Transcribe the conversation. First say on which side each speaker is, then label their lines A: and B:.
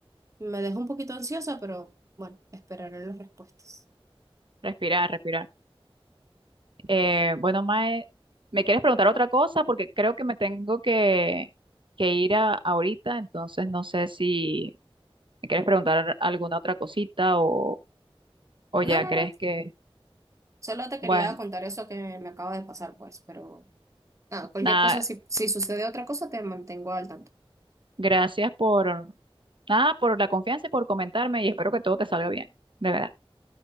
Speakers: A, on the right; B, on the right.
A: Me dejó un poquito ansiosa, pero bueno, esperaré las respuestas.
B: respirar, respirar. Eh, bueno, Mae, ¿me quieres preguntar otra cosa? Porque creo que me tengo que, que ir a- ahorita, entonces no sé si me quieres preguntar alguna otra cosita o, o
A: No,
B: ya
A: no,
B: crees
A: no,
B: que,
A: solo te
B: bueno,
A: quería contar eso que me acaba de pasar, pues, pero nada, cualquier
B: nada,
A: cosa, si, si sucede otra cosa, te mantengo al tanto.
B: gracias por, nada, por la confianza y por comentarme y espero que todo te salga bien, de verdad.